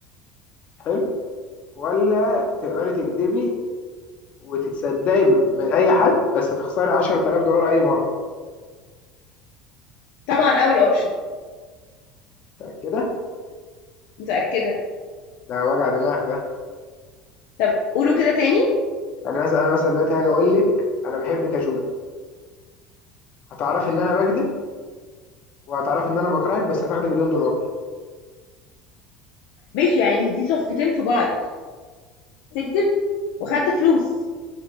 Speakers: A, on the left (about 50°); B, on the left (about 65°).
A: حلو ولا تقدري تكذبي وتتصدقي ب- من أي حد بس هتخسري 10000 دولار أي مرة
B: طبعا اول اوبشن
A: متأكدة؟
B: متاكده
A: ده وجع دماغ ده
B: طب قولوا كده تاني
A: يعني مثلا أنا مثلا دلوقتي هاجي أقول لك أنا بحبك يا جولة هتعرفي إن أنا بكذب وهتعرفي إن أنا بكرهك بس هتاخدي مليون دولار
B: ماشي يعني دي صفقتين في بعض تكذب وخدت فلوس